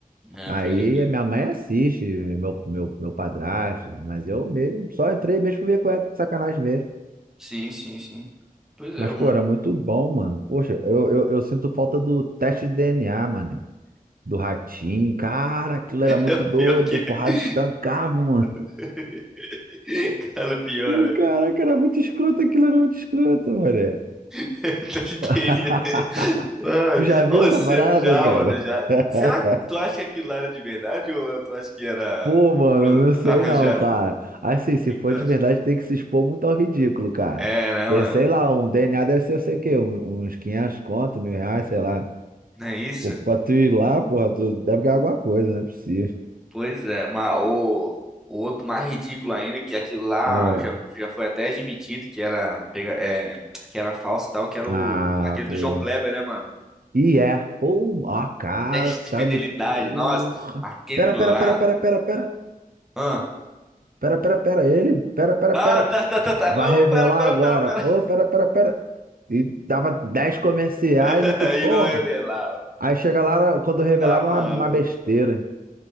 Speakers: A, in the centre; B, on the right.
A: É,
B: Aí
A: pode crer.
B: a minha mãe assiste, meu, meu, meu padrasto, mas eu mesmo só entrei mesmo pra ver qual é a sacanagem mesmo.
A: Sim, sim, sim. Pois é,
B: Mas,
A: mano.
B: pô, era muito bom, mano. Poxa, eu, eu, eu sinto falta do teste de DNA, mano. Do ratinho. Cara, aquilo
A: <laughs>
B: era muito doido.
A: Pior que é.
B: Porrada estancava, mano.
A: <laughs> Cara, pior,
B: Ih,
A: né?
B: Caraca, era muito escroto, aquilo era muito escroto, mano.
A: <laughs> Tá
B: <laughs>
A: de Mano,
B: Tu já viu
A: ô,
B: essa
A: se-
B: parada,
A: já,
B: cara?
A: mano, já.
B: <laughs>
A: Será que tu acha que aquilo lá era de verdade ou tu acha que era
B: Pô, mano,
A: pro-
B: não sei
A: arranjado?
B: não, cara.
A: O
B: Assim, se
A: que
B: for
A: que tu acha?
B: de verdade, tem que se expor muito ao ridículo, cara.
A: É, né,
B: Porque,
A: mano?
B: sei lá, um DNA deve ser, eu sei o quê, um- uns 500 conto, mil reais, sei lá.
A: Não é isso?
B: Pô, pra tu ir lá, porra, tu deve ganhar alguma coisa, não é possível.
A: Pois é, mas o, o outro mais ridículo ainda, que aquilo lá
B: É.
A: já, já foi até admitido que era, pega- é, que era falso e tal, que era o,
B: Ah,
A: aquele do
B: pô.
A: João Kleber, né, mano?
B: E é. Pô, ó, cara,
A: Teste
B: esse
A: de
B: cara
A: fidelidade,
B: me... Porra.
A: nossa, aquele
B: Pera,
A: lá.
B: pera, pera, pera, pera, pera.
A: Ah,
B: Pera, pera, pera, ele. Pera, pera,
A: ah
B: pera.
A: tá, tá, tá, tá.
B: Vai
A: Ô,
B: revelar
A: pera, pera,
B: agora.
A: pera, pera.
B: Ô, pera, pera, pera. E dava 10 comerciais
A: <laughs>
B: e tu, porra.
A: E não revelava.
B: Aí chega lá, quando revelaram
A: Tá maluco.
B: uma, uma besteira.